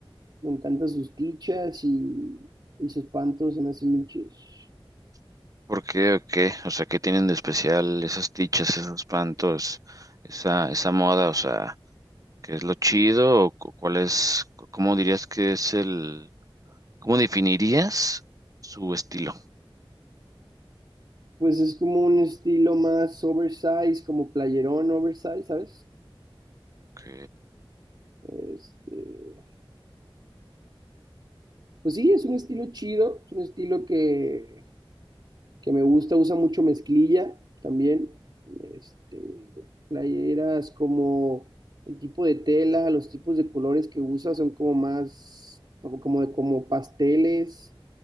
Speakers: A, on the right; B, on the right.
A: me encantan sus tichas y, y sus pantos, se me hacen bien chidos.
B: ¿Por qué o qué? O sea, ¿qué tienen de especial esas tichas, esos pantos, esa, esa moda? O sea. ¿Qué es lo chido? ¿O cu- cuál es, cu- cómo dirías que es el, cómo definirías su estilo?
A: Pues es como un estilo más oversize, como playerón oversize, ¿sabes?
B: Ok,
A: Este, pues sí, es un estilo chido, es un estilo que, que me gusta, usa mucho mezclilla también, este, playeras como el tipo de tela, los tipos de colores que usa son como más, como, como como pasteles.